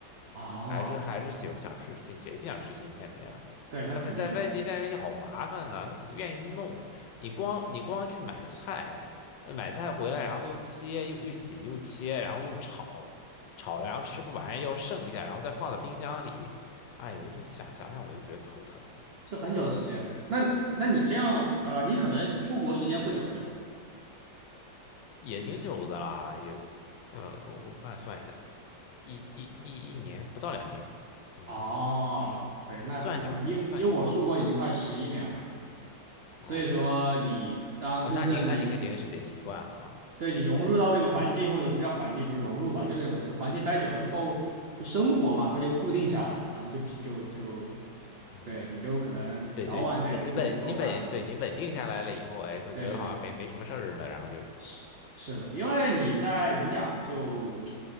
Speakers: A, on the right; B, on the left.
A: 哦，
B: 还是还是喜欢想吃新，谁不想吃新鲜的呀？
A: 对，那肯定的，
B: 但外在外地着你好麻烦呢，他不愿意弄。你光你光去买菜，呃买菜回来，然后又切又又洗又切，然后又炒，炒了然后吃不完要剩下，然后再放到冰箱里。哎呦，这想想想我就觉得头疼，
A: 是很久的时间的。那那你这样，呃，你可能出国时间不久，对吧？
B: 也挺久的啦，也，嗯，我快算一下，一一一一年不到两年，嗯，
A: 哦，
B: 一
A: 对，那那因因为我出国已经快十一年了，
B: 也不算久啊，也不算久。哦
A: 所以说你当真正你
B: 哦，那你那你肯定是得习惯了啊。
A: 对你融入到这个环境，或者不叫环境，不是融入吧，就那种是环境待久了之后，就生活嘛，它就固定下来了，然后就就就
B: 嗯。
A: 对，你就可能早晚得自己做饭嘛。
B: 对对对，你稳你稳，对你稳定下来了以后，哎，就觉得好像没没什么事儿了，
A: 对对对，
B: 然后就
A: 是是的，因为你在怎么讲就